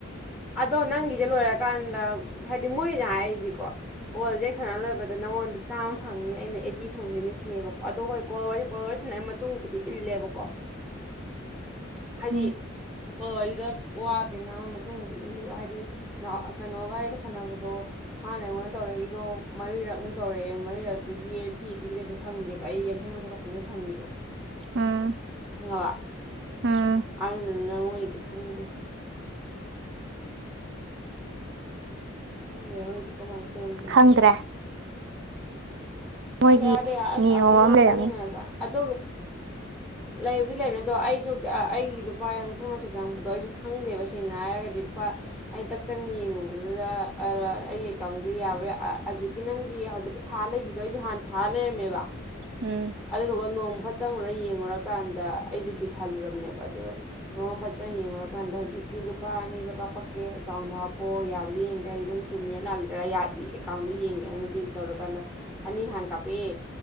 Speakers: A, in the centre; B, on the right (about 65°).
A: ꯑꯗꯣ ꯅꯪꯒꯤꯁꯦ ꯂꯣꯏꯔꯀꯥꯟꯗ ꯍꯥꯏꯗꯤ ꯃꯣꯏꯅ ꯍꯥꯏꯔꯤꯗꯤꯀꯣ ꯀꯣꯜꯁꯦ ꯁꯥꯟꯅ ꯂꯣꯏꯕꯗ ꯅꯪꯉꯣꯟꯗ ꯆꯥꯝꯃ ꯐꯪꯅꯤ ꯑꯩꯅ ꯑꯩꯠꯇꯤ ꯐꯪꯗꯣꯏꯅꯦ ꯁꯤꯅꯦꯕꯀꯣ ꯑꯗꯣ ꯍꯣꯏ ꯀꯣꯜ ꯋꯥꯔꯤꯁꯦ ꯀꯣꯜ ꯋꯥꯔꯤ ꯁꯥꯟꯅꯩ ꯃꯇꯨꯡꯕꯨꯗꯤ ꯏꯜꯂꯦꯕꯀꯣ ꯍꯥꯏꯗꯤ
B: ꯎꯝ
A: ꯀꯣ ꯋꯥꯔꯤꯗ ꯋꯥ ꯀꯦ ꯉꯥꯡꯕ ꯃꯇꯨꯡꯕꯨꯗꯤ ꯏꯜꯂꯤꯕ ꯍꯥꯏꯗꯤ ꯀꯩꯅꯣꯒ ꯑꯩꯒ ꯁꯥꯟꯅꯕꯗꯣ ꯃꯥꯅ ꯑꯩꯉꯣꯟꯗ ꯇꯧꯔꯛꯏꯗꯣ ꯃꯔꯤꯔꯛꯃꯨꯛ ꯇꯧꯔꯛꯑꯦ ꯃꯔꯤꯔꯛꯇꯨꯒꯤ ꯑꯩꯠꯇꯤ ꯑꯩꯠꯇꯤꯗ ꯀꯩꯁꯨ ꯐꯪꯗꯦꯕ ꯑꯩ ꯌꯥꯡꯈꯩ ꯃꯊꯣꯛ ꯈꯛꯇꯅꯦꯗꯤ ꯐꯪꯉꯤꯗꯣ
B: ꯎꯝ
A: ꯐꯪꯉꯕ
B: ꯎꯝ
A: ꯑ ꯅ ꯑꯣꯏꯁꯦ ꯈꯪꯗꯦ ꯈꯪꯗꯦ ꯃꯣꯏꯒꯤꯁꯦ ꯀꯃꯥꯏꯅ ꯇꯧꯔꯤꯅꯣꯗꯤ
B: ꯈꯪꯗ꯭ꯔꯦ ꯃꯣꯏꯒꯤ
A: ꯑꯗ ꯌꯥꯗꯦ
B: ꯅꯤꯌꯣꯝ
A: ꯃꯨꯅꯅꯥꯜ
B: ꯑꯃ ꯂꯩꯔꯝꯅꯤ
A: ꯇꯅꯤꯡꯉ ꯑꯗꯨ ꯑꯗꯨ ꯂꯩꯕꯨꯗꯤ ꯂꯩꯕꯅꯤ ꯑꯗꯣ ꯑꯩꯁꯨ ꯑꯩꯒꯤ ꯂꯨꯄꯥ ꯌꯥꯡꯈꯩ ꯃꯥꯊꯣꯏ ꯆꯪꯉꯛꯄꯗꯣ ꯑꯩꯁꯨ ꯈꯪꯗꯦꯕ ꯁꯦꯡꯅ ꯍꯥꯏꯔꯒꯗꯤ ꯂꯨꯄꯥ ꯑꯩꯅ ꯇꯛ ꯆꯪ ꯌꯦꯡꯉꯨꯕꯗꯨꯗ ꯑꯩꯒꯤ ꯑꯦꯀꯥꯎꯟꯁꯤ ꯌꯥꯕ꯭ꯔꯥ ꯍꯧꯖꯤꯛꯀꯤ ꯅꯪꯒꯤ ꯍꯧꯖꯤꯛꯀꯤ ꯊꯥ ꯂꯩꯕ ꯑꯗꯣ ꯑꯩꯁꯨ ꯍꯥꯟꯅ ꯊꯥ ꯂꯩꯔꯝꯃꯦꯕ
B: ꯎꯝ
A: ꯑꯗꯨꯗꯨꯒ ꯅꯣꯡ ꯐꯠ ꯆꯪꯉꯨꯔ ꯌꯦꯡꯉꯨꯔꯀꯥꯟꯗ ꯑꯩꯁꯦ ꯕꯤꯜ ꯍꯜꯂꯨꯔꯕꯅꯦꯕ ꯑꯗꯨ ꯅꯃ ꯐꯖꯅ ꯌꯦꯡꯉꯨꯔꯀꯥꯟꯗ ꯍꯧꯖꯤꯛꯀꯤ ꯂꯨꯄꯥ ꯑꯅꯤꯗꯣ ꯀꯥꯞꯄꯛꯀꯦ ꯑꯦꯀꯥꯎꯟꯗꯣ ꯍꯥꯞꯄꯛꯑꯣ ꯌꯥꯕ꯭ꯔꯥ ꯌꯦꯡ ꯀ ꯍꯥꯏꯗꯤ ꯅꯪ ꯆꯨꯝꯃꯤꯔꯥ ꯂꯥꯜꯂꯤꯔꯥ ꯌꯥꯏ ꯑꯦꯀꯥꯎꯟꯗꯣ ꯌꯦꯡꯉꯦꯅ ꯑꯗꯨꯏꯒꯤ ꯇꯧꯔꯀꯥꯟꯗ ꯑꯅꯤ ꯍꯥꯟꯅ ꯀꯥꯞꯞꯛꯑꯦ